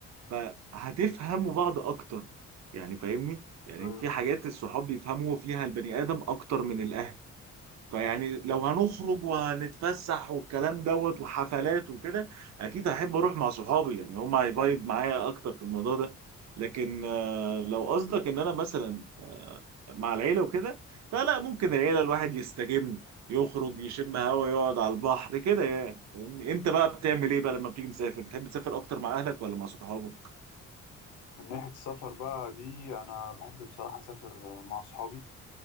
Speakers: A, on the right; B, on the left.
A: فهتفهموا بعض اكتر يعني فاهمني يعني
B: ده أيوة
A: في
B: فاهم.
A: حاجات الصحاب بيفهموا فيها البني آدم اكتر من الاهل فيعني لو هنخرج وهنتفسح والكلام دوت وحفلات وكده اكيد هحب اروح مع صحابي يعني هم هيفايب معايا اكتر في الموضوع ده لكن آه، لو قصدك ان انا مثلا آه، مع العيله وكده فلا ممكن العيله الواحد يستجم يخرج يشم هوا يقعد على البحر كده يعني فاهمني؟ انت بقى بتعمل ايه بقى لما بتيجي مسافر بتحب تسافر اكتر مع اهلك ولا مع صحابك
B: من ناحية السفر بقى دي انا بحب بصراحة اسافر آه، مع اصحابي